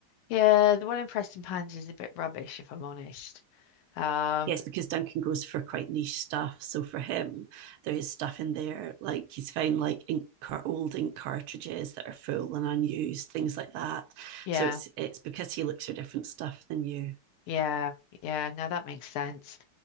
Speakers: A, on the left; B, on the right.
A: Yeah, the one in Preston Pans is a bit rubbish, if I'm honest. Um,
B: Yes, because Duncan goes for quite niche stuff. So for him, there is stuff in there like he's found like ink old ink cartridges that are full and unused, things like that.
A: yeah,
B: So it's it's because he looks for different stuff than you.
A: yeah, yeah. Now that makes sense.